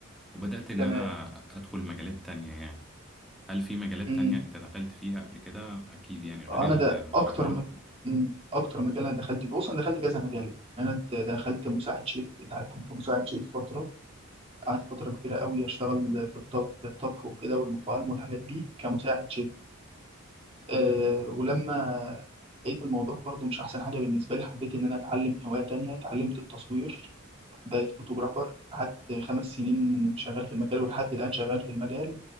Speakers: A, in the centre; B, on the right.
A: وبدات ان
B: تمام
A: انا ادخل مجالات تانية يعني هل في مجالات
B: مم.
A: تانية انت دخلت فيها قبل كده اكيد يعني غير
B: أنا
A: المعمار
B: ده أكتر م... مم. أكتر مجال أنا دخلت فيه بص أنا دخلت كذا مجال أنا ت- دخلت مساعد شيف أنت عارف كنت مساعد شيف فترة قعدت فترة كبيرة قوي أشتغل في الطب في الطبخ وكده والمطاعم والحاجات دي كمساعد شيف أه ولما لقيت الموضوع برضه مش أحسن حاجة بالنسبة لي حبيت إن أنا أتعلم هواية تانية اتعلمت التصوير بقيت فوتوغرافر قعدت خمس سنين شغال في المجال ولحد الآن شغال في المجال